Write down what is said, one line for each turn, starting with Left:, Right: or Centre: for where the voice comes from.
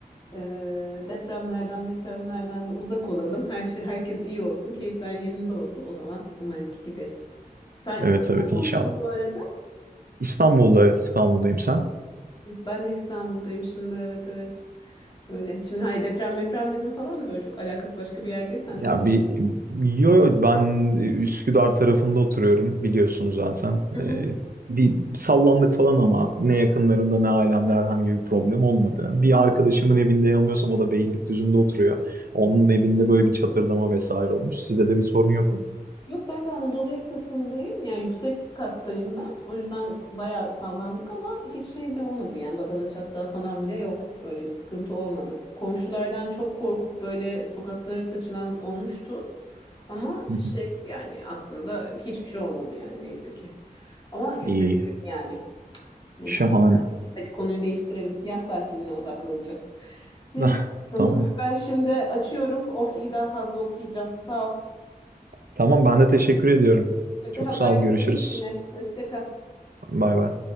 Left: Ee, depremlerden, mepremlerden de uzak olalım. Her şey, herkes iyi olsun, keyifler yerinde olsun. O zaman umarım ki gideriz. Sen
Right: Evet
Left: İstanbul'da
Right: evet inşallah.
Left: musun bu arada?
Right: İstanbul'da evet İstanbul'dayım sen.
Left: Ben de İstanbul'dayım şimdi. Evet, evet. Böyle. Şimdi hayır deprem, deprem dedim falan böyle çok alakası başka bir yerdeysen
Right: Ya
Left: çok.
Right: bir yo yo, ben e, Üsküdar tarafında oturuyorum biliyorsun zaten.
Left: Hı
Right: Ee, bir sallandık falan ama ne yakınlarımda ne ailemde herhangi bir problem olmadı. Bir arkadaşımın evinde yanılmıyorsam o da Beylikdüzü'nde oturuyor. Onun
Left: hı.
Right: evinde böyle bir çatırdama vesaire olmuş. Sizde de bir sorun yok mu?
Left: Yok ben de Anadolu yakasındayım. Yani yüksek kattayım ben. O yüzden bayağı sallandık ama hiç şey de olmadı. Yani badana çatlağı falan bile yok. Öyle bir sıkıntı olmadı. Komşulardan çok korkup böyle sokaklara saçılan olmuştu. Ama
Right: Hı hı.
Left: şey yani aslında hiçbir şey olmadı yani neyse ki. Ama hissettim
Right: İyi.
Left: yani. Neyse.
Right: Şahane. <laughs>
Left: Hadi konuyu değiştirelim. Yaz tatiline odaklanacağız. Neyse.
Right: Tamam.
Left: bakalım.
Right: Tamam.
Left: Ben şimdi açıyorum. Ohri'yi daha fazla okuyacağım. Sağ ol.
Right: Tamam ben de teşekkür ediyorum.
Left: Hadi
Right: Çok
Left: haberleşiriz
Right: sağ ol. Görüşürüz.
Left: yine. Hoşça kal.
Right: Bay bay.